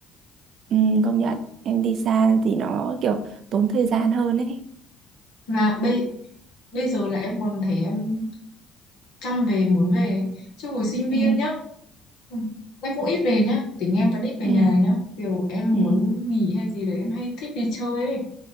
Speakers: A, on the right; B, on the left.
A: Ừ, công nhận em đi xa thì nó kiểu tốn thời gian hơn ấy
B: Mà bây bây giờ là em còn thấy em chăm về muốn về ấy. Chứ hồi sinh viên
A: ừ,
B: nhá. ừ, Em cũng ít về nhá, tính em vẫn ít về
A: ừ,
B: nhà nhá. Kiểu em muốn
A: ừ,
B: nghỉ hay gì đấy em hay thích đi chơi ấy